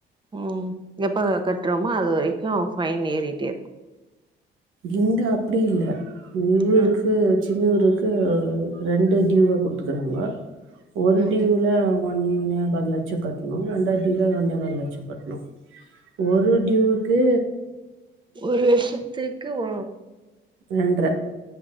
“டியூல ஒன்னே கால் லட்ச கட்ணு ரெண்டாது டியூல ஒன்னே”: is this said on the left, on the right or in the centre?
Right